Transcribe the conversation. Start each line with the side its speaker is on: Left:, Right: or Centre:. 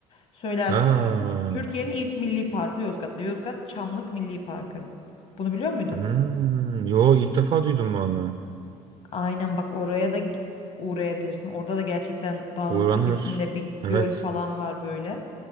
Left: söylersin.
Right: Aa,
Left: Türkiye'nin ilk milli parkı Yozgat'ta. Yozgat Çamlık Milli Parkı. Bunu biliyor muydun?
Right: hmm, yo ilk defa duydum vallahi.
Left: Aynen bak oraya da gi- uğrayabilirsin. Orada da gerçekten dağın
Right: Uğranır.
Left: tepesinde bir
Right: Evet.
Left: göl falan var böyle.